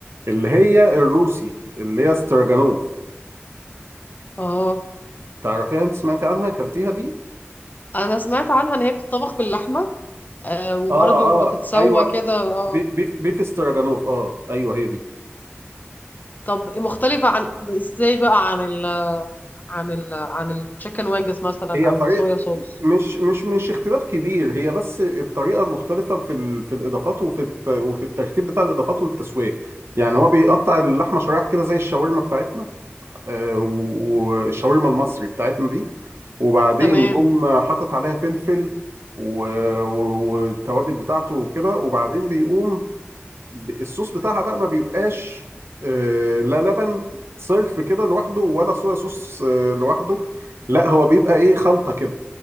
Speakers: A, on the right; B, on the left.
A: اللي هي الروسي اللي هي استراجانوف
B: اه
A: تعرفيها انت سمعتي عنها اكلتيها دي
B: انا سمعت عنها ان هي بتطبخ باللحمة آه، وبرضو
A: اه
B: بتتسوى
A: اه ايوه
B: كده اه
A: بي- بيف بيف استراجانوف اه ايوه هي دي
B: طب مختلفة عن ازاي بقى عن ال عن ال عن التشيكن وينجز مثلا
A: هي
B: او
A: طريقه
B: الصويا صوص
A: مش مش مش اختلاف كبير هي بس الطريقه مختلفه في ال... في الاضافات وفي الت... وفي الترتيب بتاع الاضافات والتسويه يعني هو بيقطع اللحمه شرايح كده زي الشاورما بتاعتنا آه، و- والشاورما المصري بتاعتنا دي وبعدين
B: تمام
A: يقوم حاطط عليها فلفل و... و- والتوابل بتاعته وكده وبعدين بيقوم ب- الصوص بتاعها بقى ما بيبقاش آه، لا لبن صرف كده لوحده ولا صويا صوص آه، لوحده لا هو بيبقى ايه خلطه كده